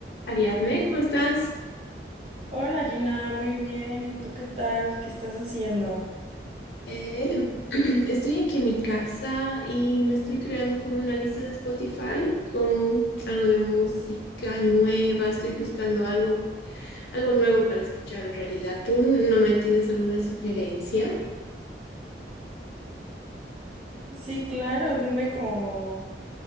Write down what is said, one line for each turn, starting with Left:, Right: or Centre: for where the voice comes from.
Left: Ariadne, ¿cómo estás?
Right: Hola Gina, muy bien. ¿Y tú qué tal? ¿Qué estás haciendo?
Left: Eh, <clears throat> estoy aquí en mi casa y me estoy creando como una lista de Spotify con algo de música nueva. Estoy buscando algo, algo nuevo para escuchar en realidad. ¿Tú no me tienes alguna sugerencia?
Right: Sí, claro, dime como,